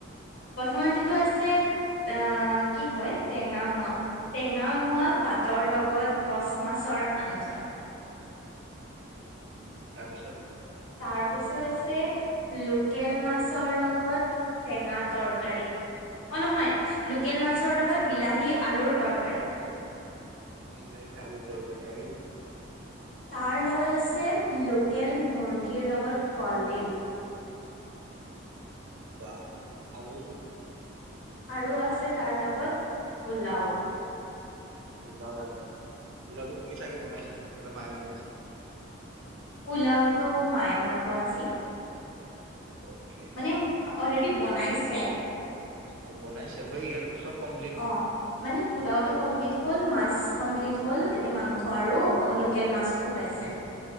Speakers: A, on the left; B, on the right.
A: প্ৰথমেটো আছে আহ কি কয় টেঙা মোৱা, টেঙা মোৱা পাতৰ লগত কচ মাছৰ আঞ্জা।
B: তাৰপিছত।
A: তাৰপিছত আছে। লোকেল মাছৰ লগত টেঙা তৰকাৰী অ' নহয় লোকেল মাছৰ লগত বিলাহী আলুৰ তৰকাৰী।
B: বিলাহী আলু তৰকাৰী আৰু
A: তাৰ লগত আছে লোকেল মুৰ্গীৰ লগত কলডিল।
B: বা আৰু
A: আৰু আছে তাৰ লগত পোলাও।
B: ইলাবাদ। পোলাওটো তুমি চাগে বনাইছা? নহ'লে মায়ে বনাইছে।
A: পোলাওটো মায়ে বনাব আজি ।
B: অকে
A: মানে অলৰেডি বনাইছে । <inaudible>
B: উ। অ' বনাইছে হৈ গ'ল চব কমপ্লিট ।
A: অ মানে পোলাওটো কমপ্লিট হ'ল, মাছ কমপ্লিট হ'ল, এতিয়া মাংস আৰু লোকেল মাছটো হৈ আছে